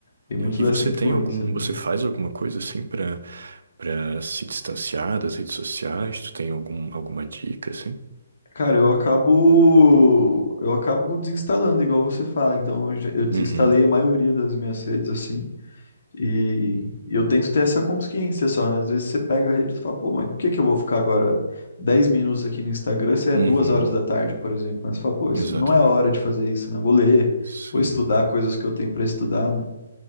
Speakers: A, on the left (about 45°); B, on the right (about 65°).
A: Tem muito
B: né? E
A: dessa
B: você
A: influência
B: tem algum,
A: mesmo.
B: você faz alguma coisa assim para para se distanciar das redes sociais? Tu tem algum, alguma dica assim?
A: Cara, eu acabo eu acabo desinstalando, igual você fala. Então eu, já- eu desinstalei
B: Uhum,
A: a maioria das minhas redes assim, e, e eu tento ter essa consciência só, né? Às vezes você pega a rede e fala, pô, mas por que que eu vou ficar agora 10 minutos aqui no Instagram se é
B: uhum,
A: duas horas da tarde, por exemplo? Mas você fala, pô, isso
B: exatamente.
A: não é a hora de fazer isso, né? Eu Vou ler,
B: Sim.
A: vou estudar coisas que eu tenho pra estudar, né?